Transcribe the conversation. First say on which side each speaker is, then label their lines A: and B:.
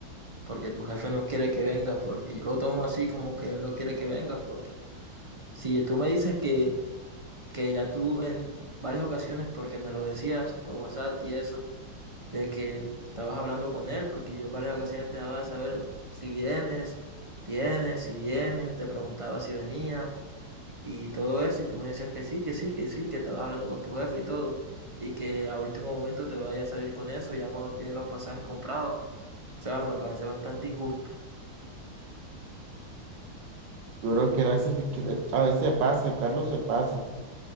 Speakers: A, on the right; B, on the right.
A: porque tu jefe no quiere que vengas, porque yo lo tomo así como que él no quiere que vengas, porque si tú me dices que que ya tú en varias ocasiones, porque me lo decías por WhatsApp y eso, de que estabas hablando con él, porque yo en varias ocasiones te daba de saber si vienes, vienes, si vienes, te preguntaba si venías y todo eso, y tú me decías que sí, que sí, que sí, que estabas hablando con tu jefe y todo, y que a último momento te vaya a salir con eso ya cuando tienes los pasajes comprados. O sea, me parece bastante injusto.
B: Yo creo que a veces, que- a veces se pasa, Carlos se pasa,